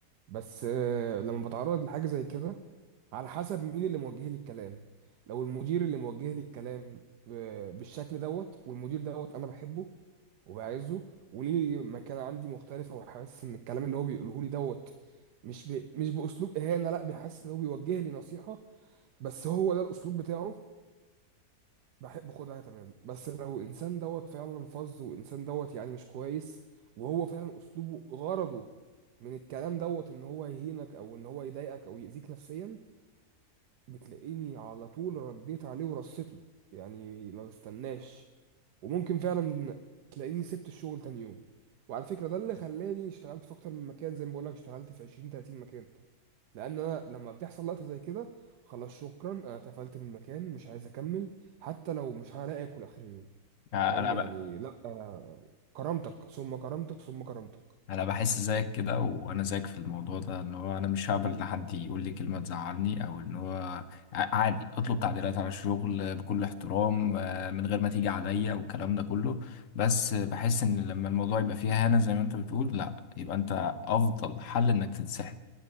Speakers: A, on the right; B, on the left.
A: بس آه، لما بتعرض لحاجه زي كده على حسب مين اللي موجه لي الكلام لو المدير اللي موجه لي الكلام آه، بالشكل دوت والمدير دوت انا بحبه وبعزه وليه مكانه عندي مختلفه وحاسس ان الكلام اللي هو بيقوله لي دوت مش ب... مش باسلوب اهانه لا بيحس ان هو بيوجه لي نصيحه بس هو ده الاسلوب بتاعه بحب اخدها تمام بس لو انسان دوت فعلا فظ وانسان دوت يعني مش كويس وهو فعلا اسلوبه غرضه من الكلام دوت ان هو يهينك او ان هو يضايقك او يأذيك نفسيا بتلاقيني على طول رديت عليه ورصيت له يعني ما بستناش وممكن فعلا تلاقيني سبت الشغل تاني يوم وعلى فكرة ده اللي خلاني اشتغلت في اكتر من مكان زي ما بقولك اشتغلت في 20 30 مكان لان انا لما بتحصل لقطه زي كده خلاص شكرا انا اتقفلت من المكان مش عايز اكمل حتى لو مش هلاقي اكل اخر اليوم
B: يعني
A: فاهم
B: انا
A: يعني لا آه، كرامتك ثم كرامتك ثم كرامتك
B: انا بحس زيك كده وانا زيك في الموضوع ده ان هو انا مش هقبل ان حد يقول لي كلمه تزعلني او ان هو ع- عادي اطلب تعديلات على الشغل بكل احترام آه، من غير ما تيجي عليا والكلام ده كله بس بحس ان لما الموضوع يبقى فيها هنا زي ما انت بتقول لا يبقى انت افضل حل انك تنسحب